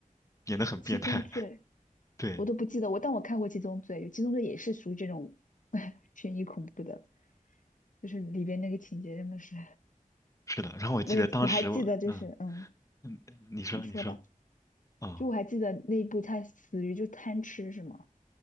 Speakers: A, on the left; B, on the left.
A: 演得很变态。
B: 《七宗罪》，
A: <laughs> 对，
B: 我都不记得我，但我看过《七宗罪》，《有《七宗罪》也是属于这种 <laughs> 悬疑恐怖的，就是里边那个情节真的是，
A: 是的。然后我记得当时我，
B: 我也我还记得，就是嗯，
A: 嗯嗯，嗯你说你说，
B: 你说吧，
A: 哦。
B: 就我还记得那一部他死于就贪吃是吗？